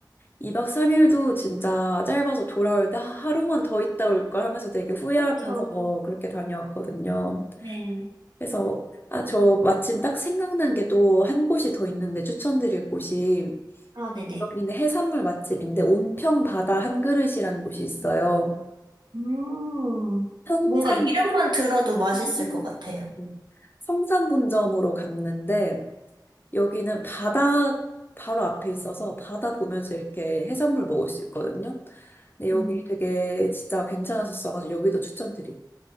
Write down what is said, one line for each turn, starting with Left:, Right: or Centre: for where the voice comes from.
Left: 2박 3일도 진짜 짧아서 돌아올 때 하- 하루만 더 있다 올 걸 하면서 되게 후회하면서
Right: 그렇죠.
Left: 뭐 그렇게 다녀왔거든요.
Right: 네.
Left: 그래서 아, 저 마침 딱 생각난 게 또 한 곳이 더 있는데 추천드릴 곳이
Right: 아, 네네.
Left: 여기는 해산물 맛집인데 온평 바다 한 그릇이라는 곳이 있어요.
Right: 음,
Left: 성산
Right: 뭔가 이름만 들어도 맛있을
Left: <laughs>
Right: 것 같아요.
Left: 성산분점으로 갔는데 여기는 바다 바로 앞에 있어서 바다 보면서 이렇게 해산물 먹을 수 있거든요. 근데 여기
Right: 음.
Left: 되게 진짜 괜찮았었어가지고 여기도 추천드릴게요.